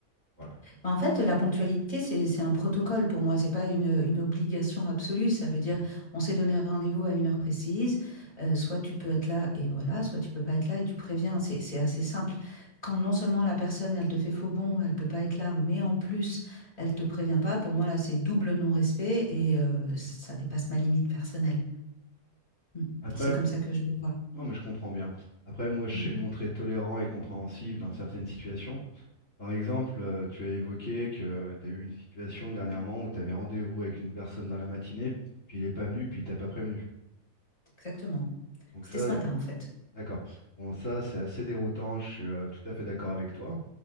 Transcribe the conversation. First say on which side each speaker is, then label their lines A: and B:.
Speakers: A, on the left; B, on the left.
A: Voilà.
B: Bah, En fait, la ponctualité, c'est c'est un protocole pour moi, c'est pas une, une obligation absolue. Ça veut dire, on s'est donné rendez-vous à une heure précise, heu, soit tu peux être là et voilà, soit tu peux pas être là et tu préviens. C'est c'est assez simple. Quand non seulement la personne, elle te fait faux bond, elle peut pas être là, mais en plus, elle te prévient pas, pour moi là, c'est double non-respect et heu, ça dépasse ma limite personnelle. Mmh.
A: Après,
B: C'est
A: m-
B: comme ça que je le vois.
A: non, mais je comprends bien. Après, moi, je
B: Mmh.
A: sais montrer tolérant et compréhensif dans certaines situations, Par exemple, euh, tu as évoqué que tu as eu une situation dernièrement où tu avais rendez-vous avec une personne dans la matinée, puis il n'est pas venu, puis il t'a pas prévenu.
B: Exactement.
A: Donc
B: C'était
A: ça,
B: ce matin en fait.
A: d'accord. Bon, ça, c'est assez déroutant, je suis euh, tout à fait d'accord avec toi.